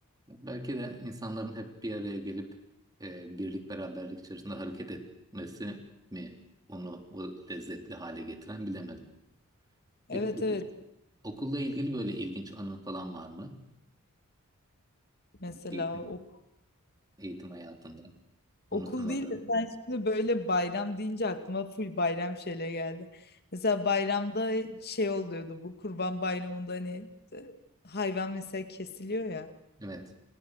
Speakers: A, on the right; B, on the left.
A: Belki de insanların hep bir araya gelip e, birlik beraberlik içerisinde hareket etmesi mi onu o lezzetli hale getiren bilemedim.
B: Evet
A: Peki oku-
B: evet
A: okulla ilgili böyle ilginç anın falan var mı?
B: mesela
A: Eğitim,
B: ok-
A: eğitim hayatında unutamadığım.
B: okul değil de sen şimdi böyle bayram deyince aklıma full bayram şeyle geldi. Mesela bayramda şey oluyordu bu Kurban Bayramı'nda hani e, hayvan mesela kesiliyor ya.
A: Evet.